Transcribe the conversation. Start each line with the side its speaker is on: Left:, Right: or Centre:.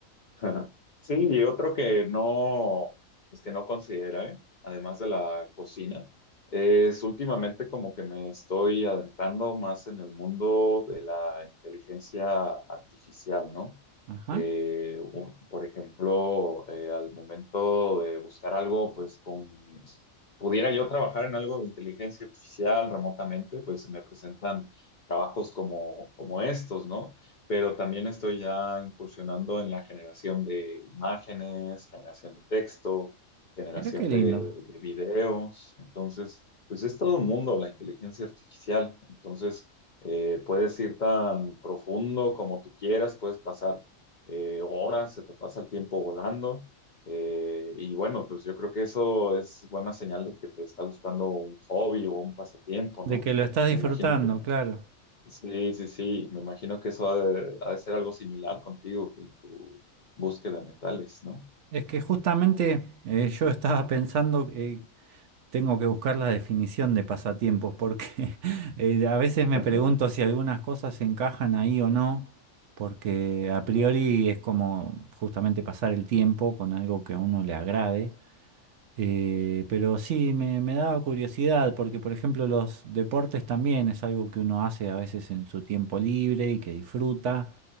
Left: Ajá. Sí, y otro que no, pues que no considera, ¿eh? Además de la cocina, es últimamente como que me estoy adentrando más en el mundo de la inteligencia artificial, ¿no?
Right: Ajá.
Left: Eh, un- por ejemplo, eh, al momento de buscar algo, pues con, pudiera yo trabajar en algo de inteligencia artificial remotamente, pues se me presentan trabajos como, como estos, ¿no? pero también estoy ya incursionando en la generación de imágenes, generación de texto, generación
Right: Mira qué lindo,
Left: de, de videos. Entonces, pues es todo un mundo la inteligencia artificial. Entonces, eh, puedes ir tan profundo como tú quieras, puedes pasar eh, horas, se te pasa el tiempo volando. Eh, y bueno, pues yo creo que eso es buena señal de que te está gustando un hobby o un pasatiempo,
Right: de
Left: ¿no?
Right: que lo estás disfrutando,
Left: Me imagino que
Right: claro.
Left: Sí, sí, sí. Me imagino que eso ha de, ha de ser algo similar contigo y tu búsqueda de metales, ¿no?
Right: Es que justamente eh, yo estaba <laughs> pensando que tengo que buscar la definición de pasatiempos, porque <laughs> eh, a veces me
Left: Ajá.
Right: pregunto si algunas cosas se encajan ahí o no, porque a
Left: Ajá.
Right: priori es como justamente pasar el tiempo con algo que a uno le agrade, Eh, pero sí, me, me daba curiosidad porque, por ejemplo, los deportes también es algo que uno hace a veces en su tiempo libre y que disfruta